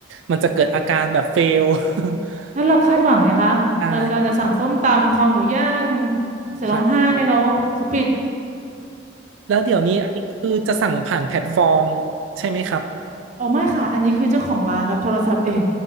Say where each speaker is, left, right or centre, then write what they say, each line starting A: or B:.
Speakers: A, on the right; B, on the right.
A: มันจะเกิดอาการแบบเฟล <laughs>
B: แล้วเราคาดหวังไงคะเรากำลังจะสั่งส้มตำคอหมูย่าง
A: ใช่ค
B: เสร็จร้องไห้แล้วเขาปิด
A: รับ แล้วเดี๋ยวนี้อันนี้คือจะสั่งผ่านแพลตฟอร์มใช่ไหมครับ
B: อ๋อไม่ค่ะอันนี้คือเจ้าของร้านรับโทรศัพท์เอง